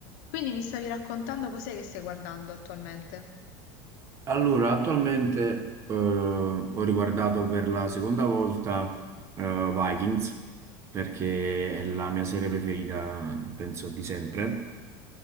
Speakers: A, on the left; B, on the right.
A: Quindi mi stavi raccontando cos'è che stai guardando attualmente?
B: Allora, attualmente eh, ho riguardato per la seconda volta eh, Vikings perché è la mia serie preferita, penso, di sempre.